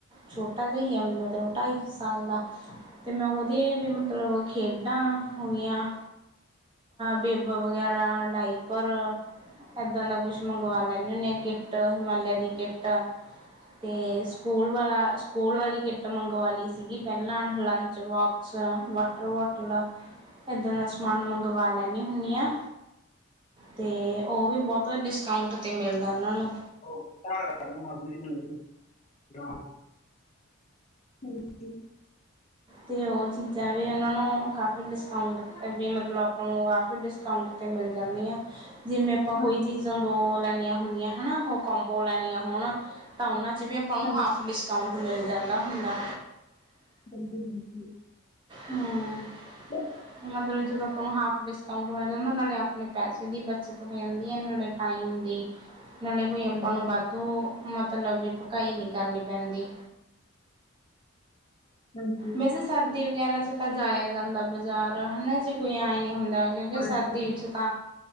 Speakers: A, on the right (about 25°); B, on the left (about 30°).
A: ਛੋਟਾ ਜਿਹਾਹਾ ਵੀ ਮਤਲਬ ਢਾਈ ਕੁ ਸਾਲ ਦਾ ਅਤੇ ਮੈਂ ਉਹਦੇ ਵੀ ਮਤਲਬ ਖੇਡਾਂ ਹੋਈਆਂ ਬੇਬ ਵਗੈਰਾ ਡਾਈਪਰ। ਇੱਦਾਂ ਦਾ ਕੁਛ ਮੰਗਵਾ ਲੈਂਦੇ ਹੁੰਦੇ ਹ ਕਿੱਟ ਹਿਮਾਲਿਆ ਦੀ ਕਿੱਟ ਤੇ ਸਕੂਲ ਵਾਲਾ ਸਕੂਲ ਵਾਲੀ ਕਿੱਟ ਮੰਗਵਾਈ। ਸੀਗੀ ਪਹਿਲਾਂ ਲੰਚ ਬੋਕਸ ਵ ਹੋਟਲ ਇਦਾ ਦਾ ਸਮਾਨ ਮੰਗਵਾ ਲੈਦੀ ਹੁੰਦੀ ਹਾਂ। ਤੇ ਉਹ ਵੀ ਬਹੁਤ ਡਿਸਕਾਊਟ ਤੇ ਮਿਲਦਾ ਉਹਨਾ ਨੂੰ-
B: <unintelligible> <inaudible>
A: ਤੇ ਓ ਚੀਜਾ ਵੀ ਉਨ੍ਹਾਂਨੂੰ ਕਾਫੀ ਡਿਸਕਾਊਟ
B: ਹਾਂਜੀ। ਹਾਂਜੀ।
A: ਵੀ ਮਤਲਬ ਆਪਾਂ ਨੂੰ ਰ ਡਿਸਕਾਊਟ ਤੇ ਮਿਲ ਜਾਦੀਆ ਜਿਵੇ ਆਪਾਂ
B: ਹਾਂਜੀ,
A: ਕੋਈ ਚੀਜਾ - ਲੀਆਂ ਹੁੰਦੀਆਂ ਹਨਾ ਉਹ ਕੰਪੋ ਲੈਣੀਆਂ ਹੋਣ ਤਾਂ ਓਨਾਂ ਚ ਵੀ ਆਪਾਂ ਨੂੰ
B: ਹਾਂਜੀ,
A: ਹਾਫ ਡਿਸ ਡਿਸਕਾਊਟ ਮਿਲ ਜਾਦਾ ਹੁੰਦਾ
B: <inaudible>
A: ਹੂੰ -
B: ਹ <unintelligible>
A: ਮਤਲਬ ਜਦੋ ਆਪਾ ਨੂੰ ਹਾਫ ਡਿਸਕਾਊਟ ਮਿਲ ਜਾਦਾ ਓਂਹ ਨਾਲੇ ਆਪਣੇ ਪੈਸੇ ਦੀ ਬੱਚਤ ਹੋ ਜਾਦੀ ਹੈ। ਇਹ ਵਾਲੇ ਟਾਈਮ ਦੀ- ਨਾਲੇ ਕੋਈ ਆਪਾ
B: ਹਾਂਜੀ,
A: ਨੂੰ ਵਾਧੂ ਮਤਲਬ ਵੀ ਪਕਾਈ ਨਹੀ ਕਰਨੀ ਪੈਦੀ-
B: ਹਾਂਜੀ,
A: ਵੈਸੇ ਸਰਦੀ ਵਗੈਰਾ 'ਚ ਤਾਂ ਜਾਇਆ ਜਾਦਾ ਬਾਜਾਰ ਹਨਾ ਜੀ- ਕੋਈਆ ਹੀ ਨਹੀ ਹੁੰਦਾ ਕਓ ਕਿ
B: ਹਾਂਜੀ,
A: ਸਰਦੀ ਵਿਚ ਤਾਂ-